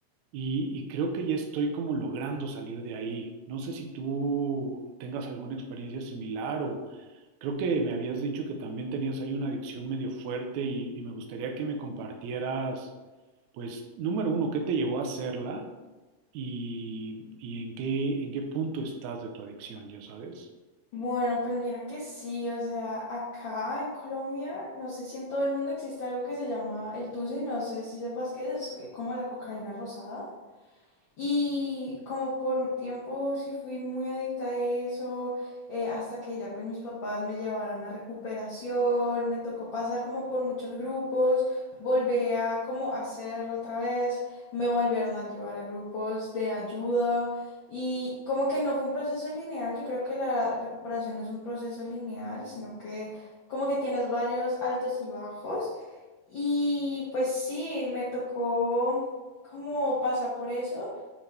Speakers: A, on the right (about 75°); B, on the left (about 75°).
A: y, y creo que ya estoy como logrando salir de ahí. No sé si tú tengas alguna experiencia similar o creo que me habías dicho que también tenías ahí una adicción medio fuerte y, y me gustaría que me compartieras, pues, número uno, ¿qué te llevó a hacerla y, y en qué, en qué punto estás de tu adicción, ya sabes?
B: Bueno, pues mira que sí, o sea, acá en Colombia, no sé si en todo el mundo existe algo que se llama el tusi, no sé si sepas qué es, es como la cocaína rosada. Y como por un tiempo sí fui muy adicta a eso, eh, hasta que ya pues mis papás me llevaron a recuperación, me tocó pasar como por muchos grupos, volví a como hacerlo otra vez, me volvieron a llevar a grupos de ayuda y como que no fue un proceso lineal, yo creo que la recuperación no es un proceso lineal, sino que como que tienes varios altos y bajos y pues sí, me tocó como pasar por eso.